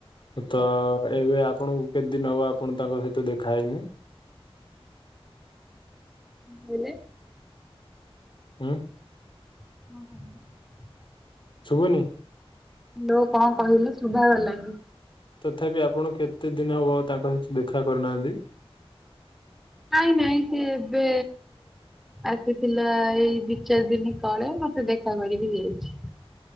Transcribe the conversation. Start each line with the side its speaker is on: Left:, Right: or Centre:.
Left: ତ ଏବେ ଆପଣଙ୍କୁ କେତେ ଦିନ ହବ ଆପଣ ତାଙ୍କ ସହିତ ଦେଖାହେଇନି?
Centre: ହେଲେ।
Left: ଉଁ।
Centre: <unintelligible>
Left: ଶୁଭୁନି।
Centre: ତୁ କଣ କହିଲୁ ଶୁଭା ଗଲାନି।
Left: ତଥାପି ଆପଣ କେତେ ଦିନ ହବ ତାଙ୍କ ସହିତ ଦେଖା କରିନାହାନ୍ତି?
Centre: ନାଇଁ ନାଇଁ ସିଏ ଏବେ ଆସିଥିଲା ଏଇ ଦି ଚାରି ଦିନି ତଳେ। ମତେ ଦେଖା କରିକି ଯାଇଛି।